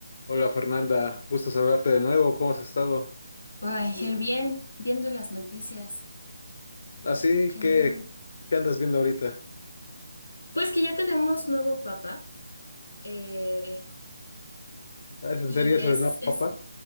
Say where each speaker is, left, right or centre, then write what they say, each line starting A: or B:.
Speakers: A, on the left (about 40°); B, on the left (about 80°).
A: Hola Fernanda, gusto saludarte de nuevo, ¿cómo has estado?
B: Ay, el bien, viendo las noticias,
A: Así
B: que
A: ¿Qué
B: no en-
A: ¿qué andas viendo ahorita?
B: Pues que ya tenemos nuevo papa, eh,
A: Ah, ¿Es en
B: y
A: serio eso
B: es,
A: de no,
B: es,
A: papá?